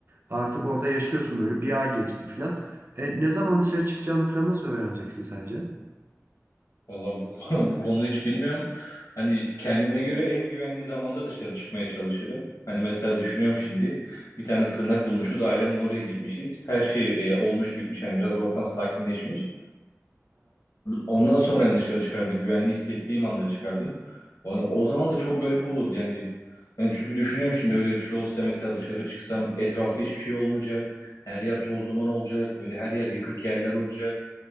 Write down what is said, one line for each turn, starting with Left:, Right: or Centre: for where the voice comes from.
Right: Artık orada yaşıyorsun böyle bir ay geçti falan. E, ne zaman dışarı çıkacağını falan nasıl öğreneceksin sence?
Left: Valla bu, konu- <laughs> bu konuda hiç bilmiyorum. Hani kendime göre en güvenli zamanda dışarı çıkmaya çalışırım. Hani mesela düşünüyorum şimdi. Bir tane sığınak bulmuşuz. Ailemle oraya girmişiz. Her şey e, olmuş bitmiş. Hani biraz ortam sakinleşmiş. Ondan sonra yani dışarı çıkardım. Güvenli hissettiğim anda çıkardım. O, o zaman da çok garip olurdu yani. Ben çünkü düşünüyorum şimdi öyle bir şey olsa mesela dışarı çıksam etrafta hiçbir şey olmayacak. Her yer toz duman olacak. Böyle her yer yıkık yerler olacak.